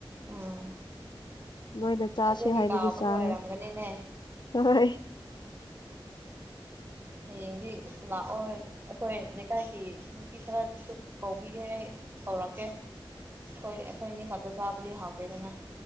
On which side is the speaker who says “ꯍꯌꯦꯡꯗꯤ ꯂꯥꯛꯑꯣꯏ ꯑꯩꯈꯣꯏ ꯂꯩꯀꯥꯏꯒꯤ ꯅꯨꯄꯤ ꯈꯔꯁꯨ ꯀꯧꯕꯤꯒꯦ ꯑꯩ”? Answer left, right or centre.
Right